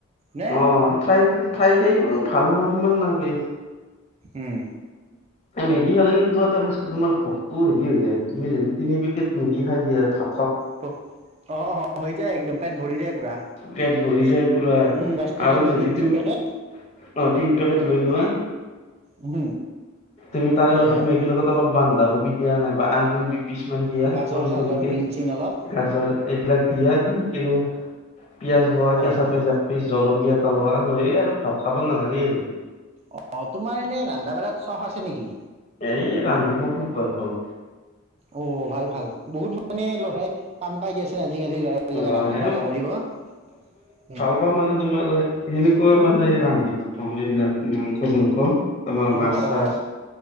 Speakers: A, on the right; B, on the left.
A: নে
B: অহ, ফ্ৰাই, ফ্ৰাই টাই, ভাল না, সিমান নালাগে।
A: উমঁ।
B: এই মেগী খালে কিন্তু এটা বস্তু, তোমাৰ ভোকটো হেৰি হৈ যায়। তুমি যদি তিনি পেকেট মেগী খাই দিয়া, থা-
A: পক, অহ হৈ যায় একদম। পেট ভৰি যায়। পুৰা
B: পেট ভৰি যায় পুৰা।
A: উম দহ টকীয়া
B: আৰু
A: মেগী
B: যদি
A: তিনি
B: তুমি-
A: পেকেট
B: অঁ, তিন পেকেট লৈ লোৱা,
A: উম
B: তুমি তাৰে
A: হয়
B: লগত,
A: হয়
B: মেগী লগত অলপ- বন্ধাকবি দিয়া নাইব আলু দুই পিছমান দিয়া সৰু-সৰুকে,
A: গাজৰ চাজৰ বিন চিন অলপ
B: গাজৰ। এইবিলাক দিয়া দি কেনে- পিয়াজ লোৱা,
A: হয়
B: কেঁচা
A: হয়
B: পিছ একপিছ জলকীয়া এটা লোৱা, লৈয়ে আৰু ভাত খাব নালাগে আৰু।
A: অহ, তোমাৰ এনে ৰন্ধা-বঢ়াত চখ আছে নেকি?
B: এই ৰান্ধিব খুব ভাল পাওঁ।
A: অহ, ভাল ভাল বহুত মানে লৰাই টান পাই গেছ- তে আজিকালি ল'ৰাবিলাকে
B: হয়
A: ৰন্ধা-বঢ়া কৰিব। উমঁ!
B: ত মানে তোমাৰ সে, সেনেকুৱা মানে ৰান্ধি ভাল পাওঁ মই এইবিলাক। মাংস-চাংখ তোমাৰ মাছ-চাছ।
A: অ অ